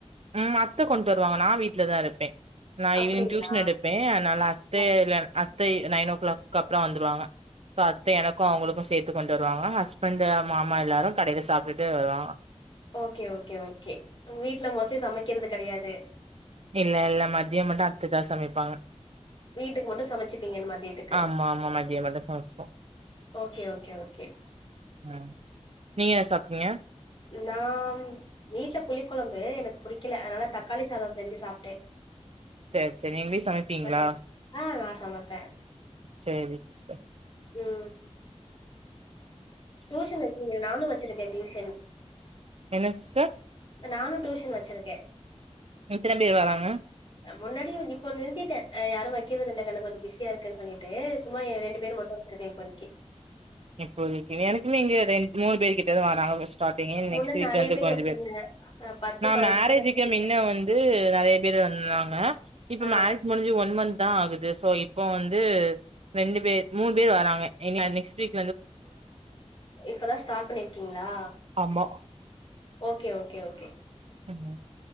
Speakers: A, on the right; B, on the left.
A: ம் அத்த கொண்டு வருவாங்க நா வீட்லதா இருப்பே நா
B: அப்படிங்களா
A: ஈவினிங் டியூஷன் எடுப்பே அதனால அத்தே
B: ம்,
A: எல்லாரு அத்தை நைன் ஓ கிளாக்கு அப்பறோ வந்துருவாங்க இப்ப அத்தை எனக்கு அவங்களுக்கு சேத்து கொண்டு வருவாங்க ஹஸ்பண்டு மாமா எல்லாரு கடையில சாப்ட்டுட்டு வருவாங்க
B: ஓகே ஓகே ஓகே வீட்ல மோஸ்ட்லி சமைக்கிறது கெடையாது
A: இல்ல இல்ல மதியம் மட்டு அத்த தா சமைப்பாங்க
B: வீட்டுக்கு மட்டு சமச்சுப்பீங்க இன்னு மத்தியத்துக்கு
A: ஆமா ஆமா மதியம் மட்டு சமைச்சுப்போ
B: ஓகே ஓகே ஓகே
A: அ நீங்க என்ன சாப்ட்டீங்க
B: நான் வீட்ல புளி கொழம்பு எனக்கு புடிக்கல அதனால தக்காளி சாதோ செஞ்சு சாப்டே
A: சேர் சேர் நீங்க போய் சமைப்பீங்களா
B: ஆமா ஆ நா சமைப்பே
A: சேரி சிஸ்டர்
B: ம் டியூஷன் வச்சிருக்கே நானு வச்சிருக்கே டியூஷன்
A: என்ன சிஸ்டர்
B: நான்னு டூஷன் வச்சுருக்கே
A: எத்தன பேர் வராங்க
B: முன்னாடியு இப்ப நிறுத்திட்டே அ யாரு வெக்கிறது இல்ல <unintelligible> நா கொஞ்ச பிஸியா இருக்கேன் சொல்லிட்டு சும்மா இ ரெண்டு பேர் மட்டு <inaudible> இன்னைக்கி
A: இப்போதிக்கி வேலைக்குமே இங்க ரெண் மூணு பேர் கிட்ட தா வாராங்க ஸ்டார்ட் டிங்க
B: முன்னாடி
A: நெக்ஸ்ட்டு வீக்
B: நெறைய
A: வந்து கொஞ்ச
B: வச்சிருந்தே
A: பேர்
B: அ பத்து
A: நா
B: பதினஞ்சு
A: மேரேஜுக்கு
B: பேர் வச்சிருந்தே
A: மின்ன வந் ந்து நெறைய பேரு வந்துருந்தாங்க இப்ப
B: ஆ
A: மேரேஜ் முடிஞ்சு ஒன் மந்த் தா ஆகுது சோ இப்போ வந்து ரெண்டு பேர் மூணு பேர் வராங்க எங்கள நெக்ஸ்ட் வீக்
B: இப்பதா ஸ்டார்ட் பண்ணிருக்கீங்ளா
A: ஆமா
B: ஓகே ஓகே ஓகே
A: என்ன